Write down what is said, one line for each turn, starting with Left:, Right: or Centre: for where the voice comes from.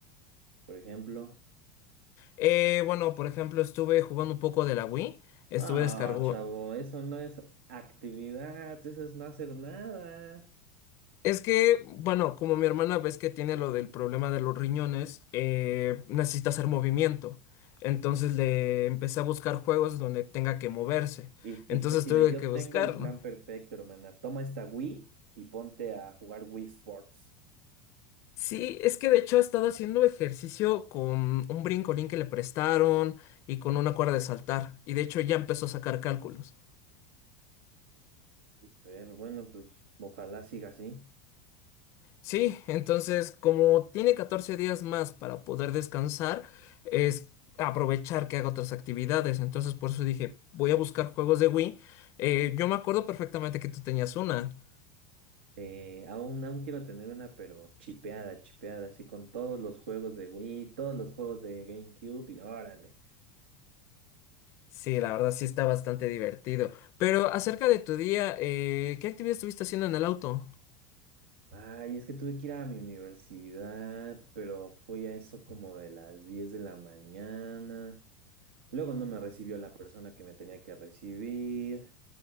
Right: Por ejemplo.
Left: Eh, bueno, por ejemplo, estuve jugando un poco de la Wii. Estuve
Right: Ah,
Left: descargo-
Right: chavo, eso no es actividad, eso es no hacer nada.
Left: Es que, bueno, como mi hermana ves que tiene lo del problema de los riñones, eh, necesita hacer movimiento. Entonces le empecé a buscar juegos donde tenga que moverse.
Right: Y Tito
Left: Entonces
Right: así
Left: tuve
Right: de yo
Left: que buscarlo.
Right: tengo el plan perfecto, hermana. Toma esta Wii y ponte a jugar Wii Sports.
Left: Sí, es que de hecho ha estado haciendo ejercicio con un brincolín que le prestaron y con una cuerda de saltar. Y de hecho ya empezó a sacar cálculos.
Right: Sí, Pero bueno, pues ojalá siga así.
Left: Sí, entonces como tiene 14 días más para poder descansar, es aprovechar que haga otras actividades. Entonces por eso dije, voy a buscar juegos de Wii. Eh, yo me acuerdo perfectamente que tú tenías una.
Right: Eh, aún, aún quiero tener una, pero chipeada, chipeada, así con todos los juegos de Wii, todos los juegos de GameCube y órale.
Left: Sí, la verdad sí está bastante divertido. Pero acerca de tu día, eh, ¿qué actividad estuviste haciendo en el auto?
Right: Ay, es que tuve que ir a mi universidad, pero fui a eso como de las 10 de la mañana. Luego no me recibió la persona que me tenía que recibir.